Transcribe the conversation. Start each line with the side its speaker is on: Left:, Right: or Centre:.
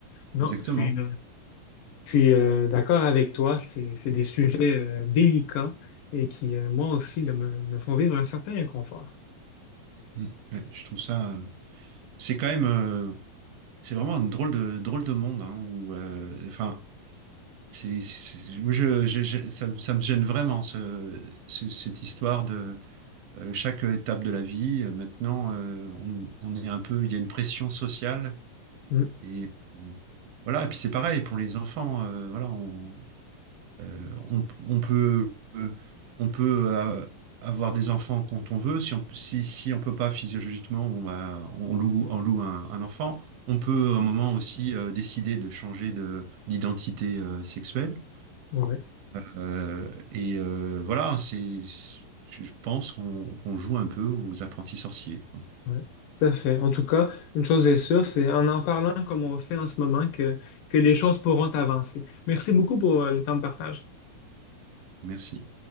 Left: Non,
Right: exactement.
Left: je suis, je suis euh, d'accord avec toi, c'est c'est des sujets euh, délicats et qui, euh, moi aussi, là, me, me font vivre un certain inconfort.
Right: Mm. Ouais, je trouve ça. euh, C'est quand même, euh, c'est vraiment un drôle de drôle de monde, hein, où, euh, enfin. C'est, c'est- c'est- moi, je, je- je- ça, me ça me gêne vraiment ce- ce- cette histoire de euh, chaque étape de la vie. euh, Maintenant, euh, on, on est un peu, il y a une pression sociale
Left: Mm.
Right: et euh, voilà. Et puis c'est pareil pour les enfants. euh, voilà, on, euh, on, on peut, euh, on peut euh, avoir des enfants quand on veut. Si on, si, si on peut pas physiologiquement, on, va- on loue, on loue un, un enfant. On peut à un moment aussi euh, décider de changer de, d'identité euh, sexuelle.
Left: Ouais,
Right: Euh, et euh, voilà, c'est, je je pense qu'on qu'on joue un peu aux apprentis sorciers, quoi.
Left: ouais. Tout à fait. En tout cas, une chose est sûre, c'est en en parlant comme on fait en ce moment que, que les choses pourront avancer. Merci beaucoup pour euh, le temps de partage.
Right: Merci.